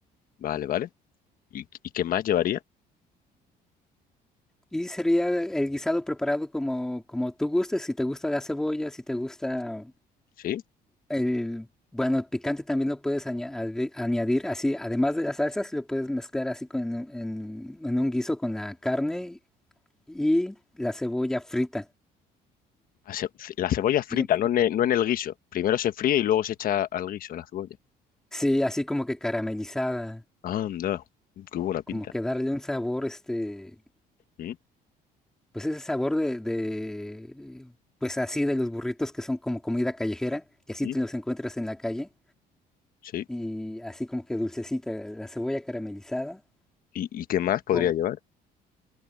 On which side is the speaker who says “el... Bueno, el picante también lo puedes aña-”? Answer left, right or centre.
Centre